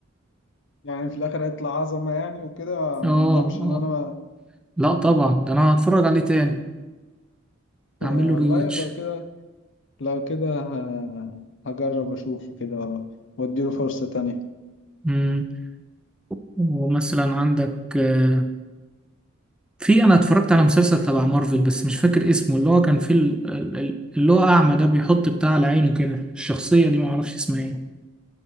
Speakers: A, on the left (about 60°); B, in the centre.
A: يعني في الاخر هيطلع عظمه يعني وكده
B: اه
A: ما ندمش ان
B: اه
A: انا
B: لا طبعا ده انا هتفرج عليه تاني
A: والله
B: اعمل له ريواتش
A: لو كده لو كده ه- هجرب اشوف كده واديله فرصه تانية
B: امم ومثلا عندك آه، في انا اتفرجت على مسلسل تبع مارفل بس مش فاكر اسمه اللي هو كان فيه ال- ال- ال- اللي هو اعمى ده بيحط بتاع على عينه كده الشخصيه دي ما اعرفش اسمها ايه